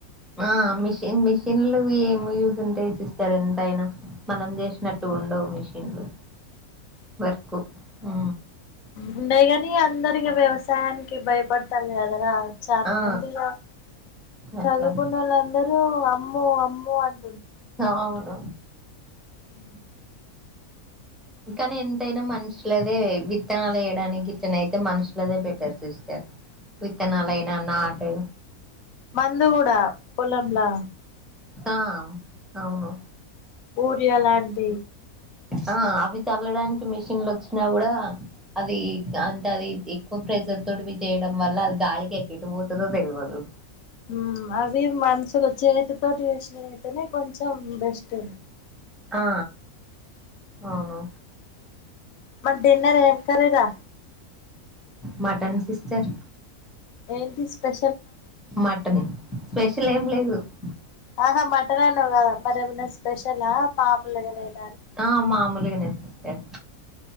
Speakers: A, in the centre; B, on the left (about 70°).
A: ఆ మిషన్ మిషన్లు ఏం యూజ్ ఉంటయి సిస్టర్ ఎంతయిన మనం జెసినట్టు ఉండవు మిషన్లు. వర్కు హు.
B: ఉండె గాని అందరికి వ్యవసాయానికి బయపడతారు కదరా చాలా
A: ఆ
B: మంది ఇగ చదువుకున్న
A: అట్లా
B: వాళ్ళందరూ అమ్మో అమ్మో అని
A: అవును
B: అ
A: కాని ఎంతైన మనుషులే క అంటే విత్తనాలు యేయడానికి ఇట్నే అయితె మనుషులె బెటర్ సిస్టర్ విత్తనాలైన నాటు
B: మందుగుడా పొలంలా
A: ఆ అవును
B: బూరియాలాంటి
A: ఆ అవి చల్లడానికి మిషిన్లోచ్చినా గూడ అది అంటె అది ఎక్కువ ప్రెజర్ తోటి చేయడం వల్ల అది గాలికి ఎక్కిటి పోతుందో తెల్వదు
B: ఉ అవి మనుషుల చేతితోటి యేసినవి అయితేనె కొంచెం బెస్ట్
A: ఆ అవును
B: మరి డిన్నర్ ఏం కర్రీ రా
A: మటన్ సిస్టర్
B: ఏంటి స్పె
A: మటన్ స్పెషల్ ఏం లేదు ఉ
B: ఆహా మటన్ అన్నావు కదా మర ఏమైన స్పెషలా మామూలుగానె నా
A: ఆ మామూలిగనె ఎ